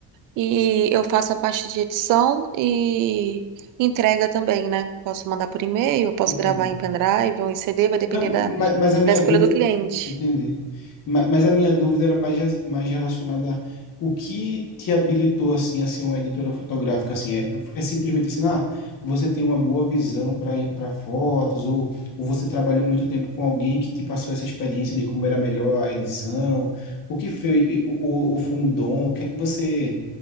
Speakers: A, on the right; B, on the left.
A: E eu faço a parte de edição e entrega também, né? Posso mandar por e-mail, eu posso
B: Entendi.
A: gravar em pendrive ou em CD, vai depender
B: Não,
A: da,
B: mas, mas a minha
A: da escolha
B: dúvida.
A: do cliente.
B: Entendi. Mas, mas a minha dúvida era mais, mais relacionada a o que te habilitou assim a ser uma editora fotográfica assim é, é simplesmente assim ah você tem uma boa visão para ir para fotos ou, ou você trabalhou muito tempo com alguém que te passou essa experiência de como era melhor a edição o que foi o, o foi um dom o que é que você